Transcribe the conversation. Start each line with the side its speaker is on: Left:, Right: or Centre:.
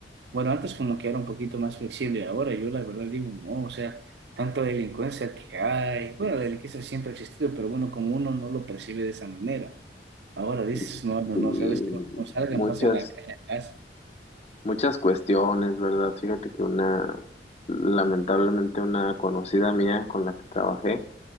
Right: Bueno, antes como que era un poquito más flexible, ahora yo la verdad digo, no, o sea, tanta delincuencia que hay, bueno, la delincuencia siempre ha existido, pero bueno, como uno no lo percibe de esa manera, ahora dices,
Left: Y,
Right: no, no,
Left: y
Right: no, sabes que no salgan,
Left: muchas,
Right: pasen la calle a casa,
Left: muchas cuestiones, ¿verdad? Fíjate que una, lamentablemente una conocida mía con la que trabajé,